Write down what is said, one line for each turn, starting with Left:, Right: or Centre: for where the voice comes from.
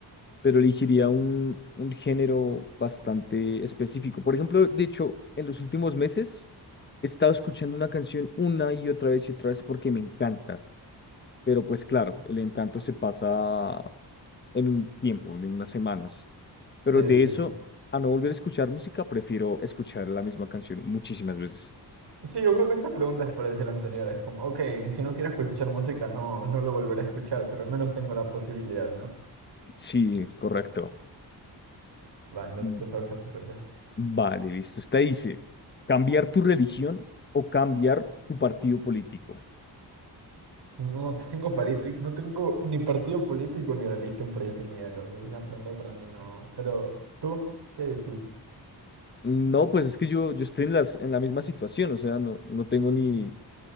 Left: pero elegiría un, un género bastante específico. Por ejemplo, de hecho, en los últimos meses he estado escuchando una canción una y otra vez y otra vez porque me encanta, pero pues claro, el encanto se pasa en un tiempo, en unas semanas, pero
Right: Sí,
Left: de
Right: sí.
Left: eso... A no volver a escuchar música, prefiero escuchar la misma canción muchísimas veces.
Right: Sí, yo creo que esta pregunta es parecida a la anterior. Es como, ok, si no quiero escuchar música, no, no lo volveré a escuchar, pero al menos tengo la posibilidad, ¿no?
Left: Sí, correcto.
Right: Va, entonces
Left: Mm,
Right: te toca, te toca.
Left: Vale, listo. Usted dice, cambiar tu religión o cambiar tu partido político.
Right: No tengo político, no tengo ni partido político ni religión predefinida, entonces la pregunta para mí no. Pero tú, ¿qué hay de ti?
Left: No, pues es que yo, yo estoy en las, en la misma situación, o sea, no, no tengo ni,